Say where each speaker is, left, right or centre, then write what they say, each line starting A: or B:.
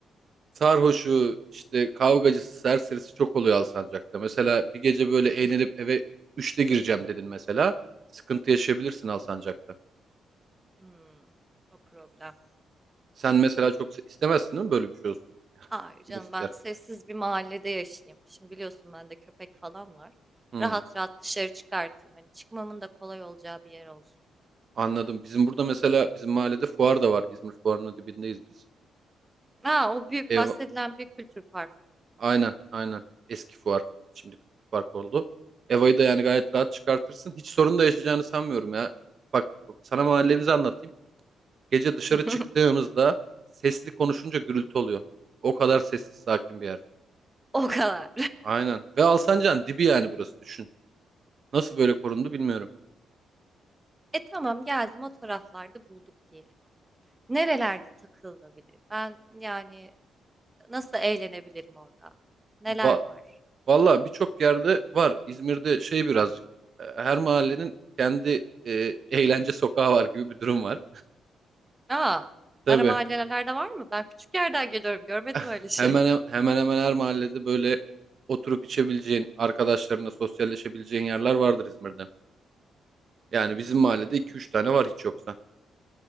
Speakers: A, on the right (about 50°); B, on the right (about 15°).
A: Sarhoşu, işte kavgacısı, serserisi çok oluyor Alsancak'ta. Mesela bir gece böyle eğlenip eve üçte gireceğim dedin mesela. Sıkıntı yaşayabilirsin Alsancak'ta.
B: Hımm. O problem.
A: Sen mesela çok se- istemezsin değil mi böyle bir şey olsun?
B: Hayır canım
A: Kim ister?
B: ben sessiz bir mahallede yaşayayım. Şimdi biliyorsun bende köpek falan var.
A: Hmm,
B: Rahat rahat dışarı çıkartayım. Hani çıkmamın da kolay olacağı bir yer olsun.
A: anladım. Bizim burada mesela bizim mahallede fuar da var. İzmir fuarının dibindeyiz biz.
B: Ha o büyük
A: Ev
B: bahsedilen büyük kültür parkı.
A: Aynen, aynen. Eski fuar. Şimdi fark oldu. Eva'yı da yani gayet rahat çıkartırsın. Hiç sorun da yaşayacağını sanmıyorum ya. Bak sana mahallemizi anlatayım. Gece dışarı
B: <laughs>
A: çıktığımızda sesli konuşunca gürültü oluyor. O kadar sessiz sakin bir yer.
B: O kadar.
A: Aynen. Ve Alsancak'ın dibi yani burası düşün. Nasıl böyle korundu bilmiyorum.
B: E tamam geldim o taraflarda bulduk diyelim. Nerelerde takılabilir? Ben yani nasıl eğlenebilirim orada? Neler
A: Va
B: var?
A: Valla birçok yerde var. İzmir'de şey birazcık. e, Her mahallenin kendi e, eğlence sokağı var gibi bir durum var.
B: Aa,
A: Tabii.
B: ara mahallelerde var mı? Ben küçük yerden geliyorum. Görmedim
A: <laughs>
B: öyle şey.
A: Hemen hemen hemen her mahallede böyle oturup içebileceğin, arkadaşlarınla sosyalleşebileceğin yerler vardır İzmir'den. Yani
B: Hmm.
A: bizim mahallede iki üç tane var hiç yoksa.